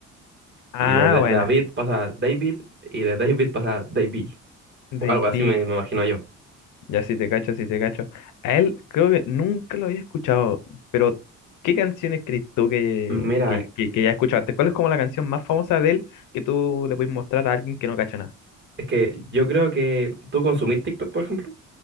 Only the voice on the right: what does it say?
Y de, de-
David pasa David y de David pasa Davey.
O algo así me, me imagino yo.
Mira,
es que yo creo que tú consumís TikTok, por ejemplo.